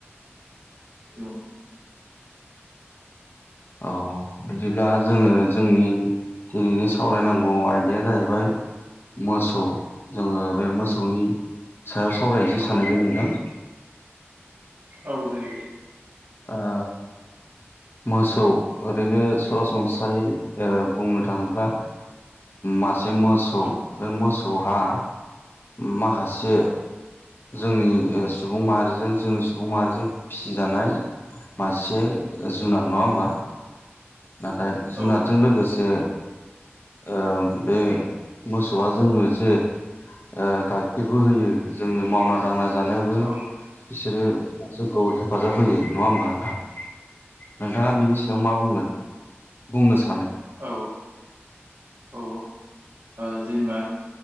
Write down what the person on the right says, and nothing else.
औ
औ
औ दे
औ
औ नंगौ औ
औ
औ ओ जेनेबा